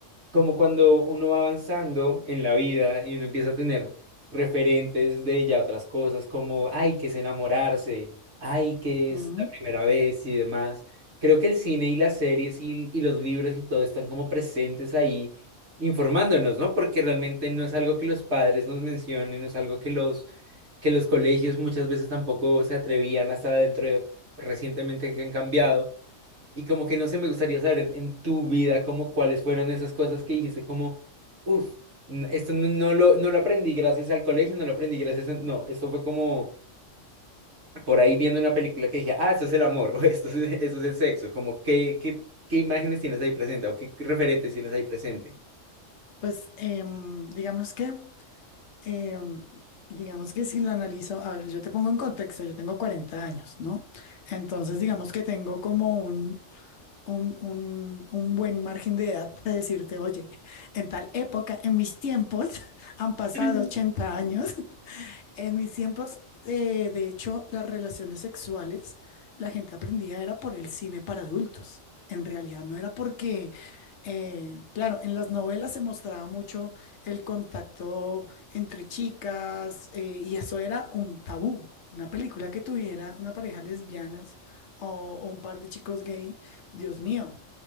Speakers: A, on the right; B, on the left.
A: como cuando uno va avanzando en la vida y uno empieza a tener referentes de ya otras cosas, como, ay, que es enamorarse, ay, que
B: Mm,
A: es la primera vez y demás. Creo que el cine y las series y, y los libros y todo están como presentes ahí informándonos, ¿no? Porque realmente no es algo que los padres nos mencionen, no es algo que los, que los colegios muchas veces tampoco se atrevían hasta dentro de recientemente que han cambiado y como que no sé, me gustaría saber en, en tu vida como cuáles fueron esas cosas que dijiste como, uff, esto no, no lo, no lo aprendí gracias al colegio, no lo aprendí gracias a... No, esto fue como por ahí viendo una película que dije, ah, esto es el amor, <laughs> o esto es, esto es el sexo, como qué, qué, qué imágenes tienes ahí presente o qué referentes tienes ahí presente.
B: Pues em, digamos que Eh, digamos que si lo analizo, a ver, yo te pongo en contexto, yo tengo 40 años, ¿no? Entonces, digamos que tengo como un, un, un, un buen margen de edad para decirte, oye, en tal época, en mis tiempos, <laughs> han pasado
A: <laughs>
B: 80 años, en mis tiempos, eh, de hecho, las relaciones sexuales, la gente aprendía era por el cine para adultos. En realidad no era porque, eh, claro, en las novelas se mostraba mucho el contacto entre chicas eh, y eso era un tabú. Una película que tuviera una pareja lesbianas o, o un par de chicos gay, Dios mío.